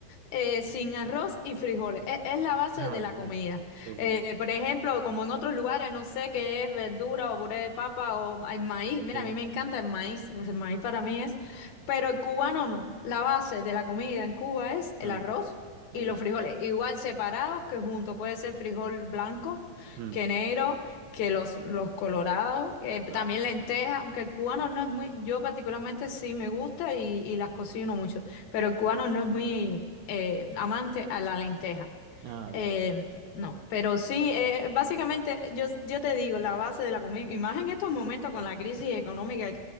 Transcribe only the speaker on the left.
eh, sin arroz y frijoles, es, es la base
de la
comida.
Eh,
por ejemplo, como en otros lugares, no sé qué es verdura o puré de papa o el maíz, mira,
a mí me encanta el maíz, pues el maíz para mí es pero el cubano no. La base de la comida en Cuba es el
arroz
y los
frijoles, igual separados
que juntos. Puede ser frijol blanco,
que negro, que los, los colorados, eh, también
lentejas, aunque el cubano no es muy, yo particularmente sí me gusta y, y las cocino mucho, pero el cubano no es muy eh, amante a la lenteja.
Eh, no, pero sí, eh, básicamente yo, yo te digo, la base de la comida, y más en estos momentos con la crisis económica